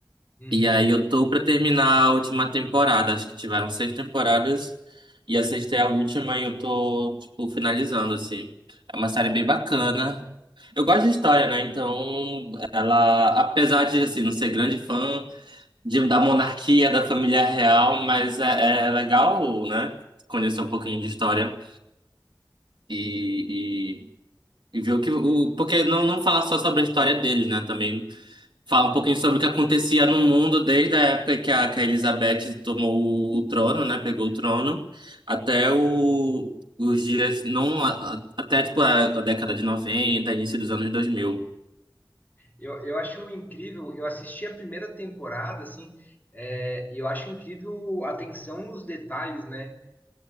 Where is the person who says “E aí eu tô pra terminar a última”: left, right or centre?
Right